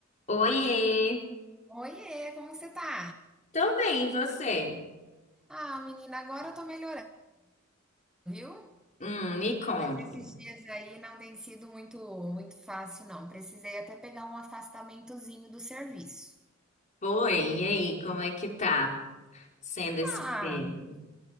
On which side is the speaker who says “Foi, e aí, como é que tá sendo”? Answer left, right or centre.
Left